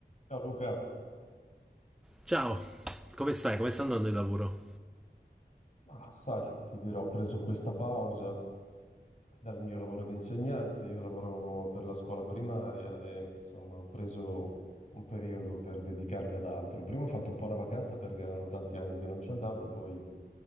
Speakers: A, on the left; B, in the centre.
A: Ciao Luca,
B: Ciao, come stai? Come sta andando il lavoro?
A: ma sai, ti dirò, ho preso questa pausa dal mio lavoro di insegnante, io lavoravo per la scuola primaria e insomma ho preso un periodo per dedicarmi ad altro. Prima ho fatto un po' una vacanza perché erano tanti anni che non ci andavo, poi